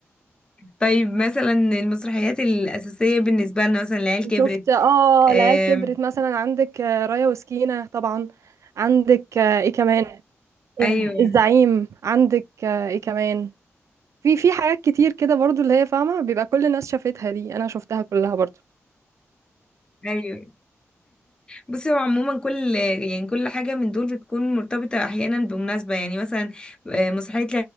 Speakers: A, on the left; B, on the right.
A: طيب مثلا المسرحيات الأساسية بالنسبة لنا مثلا العيال
B: وشفت
A: كبرت
B: اه
A: آم،
B: العيال كبرت مثلا عندك آه، رايا وسكينة طبعا عندك آه، ايه كمان آه،
A: ايوه
B: الزعيم عندك آه، ايه كمان في في حاجات كتير كده برضو اللي هي فاهمة بيبقى كل الناس شافتها دي انا شفتها كلها برضو
A: ايوه بصي هو عموما كل يعني كل حاجة من دول بتكون مرتبطة احيانا بمناسبة يعني مثلا آه، مسرحية